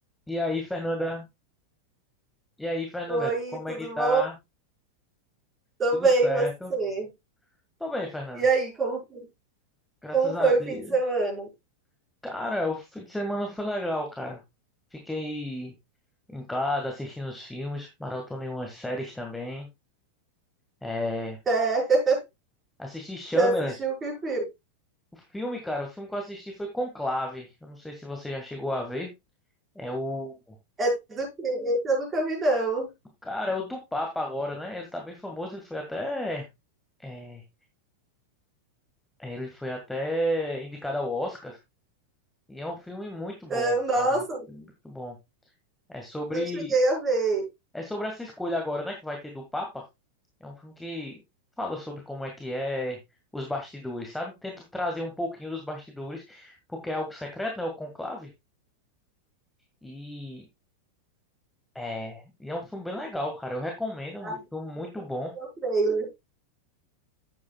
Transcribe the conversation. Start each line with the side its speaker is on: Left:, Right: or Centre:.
Centre: E aí, Fernanda? E aí, Fernanda?
Right: Oi,
Centre: Como
Right: tudo
Centre: é que tá?
Right: bom? Tô
Centre: Tudo
Right: bem,
Centre: certo?
Right: e você?
Centre: Tô bem, Fernanda.
Right: E aí, como,
Centre: Graças
Right: como foi
Centre: a Deus.
Right: o fim de semana?
Centre: Cara, o fim de semana foi legal, cara. Fiquei em casa assistindo os filmes, maratonei umas séries também. É,
Right: É, <laughs>
Centre: assisti Shameless.
Right: você assistiu que filme?
Centre: O filme, cara, o filme que eu assisti foi Conclave. Eu não sei se você já chegou a ver. É o.
Right: É do quê? Esse eu nunca vi, não.
Centre: Cara, é o do Papa agora, né? Ele tá bem famoso, ele foi até. é, é, ele foi até indicado ao Oscar. E é um filme muito bom,
Right: Ah, nossa,
Centre: cara. É um filme muito bom. É sobre,
Right: não cheguei a ver.
Centre: é sobre essa escolha agora, né? Que vai ter do Papa. É um filme que fala sobre como é que é os bastidores, sabe? Tenta trazer um pouquinho dos bastidores, porque é algo secreto, né? O conclave. E é, e é um filme bem legal, cara. Eu recomendo. É um
Right: Ah,
Centre: filme muito bom.
Right: é o trailer.